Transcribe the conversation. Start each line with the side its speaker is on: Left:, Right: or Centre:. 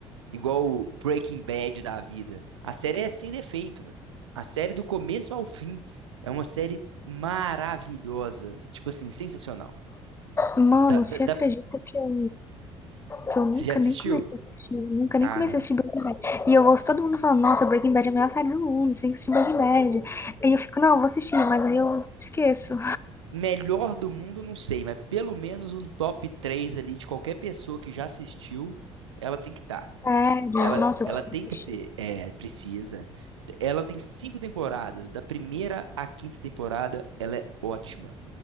Right: igual o Breaking Bad da vida. A série é sem defeito, velho. A série do começo ao fim é uma série maravilhosa, tipo assim, sensacional.
Left: Mano,
Right: Da, da-
Left: você
Right: da-
Left: acredita que eu, que eu nunca
Right: Você já assistiu?
Left: nem comecei a assistir, nunca nem
Right: Ah,
Left: comecei
Right: não.
Left: a assistir Breaking Bad. E eu ouço todo mundo falando, nossa, Breaking Bad é a melhor série do mundo, você tem que assistir Breaking Bad. Aí eu fico, não, eu vou assistir, mas aí eu esqueço.
Right: Melhor do mundo, não sei, mas pelo menos um top 3 ali de qualquer pessoa que já assistiu, ela tem que estar.
Left: Sério,
Right: Ela,
Left: nossa,
Right: ela
Left: eu preciso
Right: tem que
Left: assistir.
Right: ser, é, precisa. Ela tem cinco temporadas, da primeira à quinta temporada, ela é ótima.